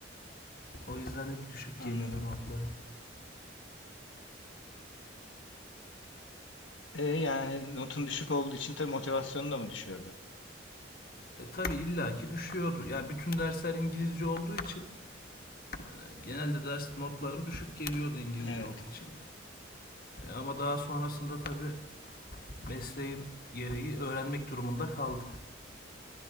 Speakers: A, on the left; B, on the left.
A: O yüzden hep düşük
B: Anladım.
A: gelirdi notlarım.
B: E, yani notun düşük olduğu için tabii motivasyonun da mı düşüyordu?
A: E, tabii illaki düşüyordu. Yani bütün dersler İngilizce olduğu için e, genelde ders notlarım düşük geliyordu İngilizce
B: Evet.
A: olduğu için. E, ama daha sonrasında tabii mesleğim gereği öğrenmek durumunda kaldım.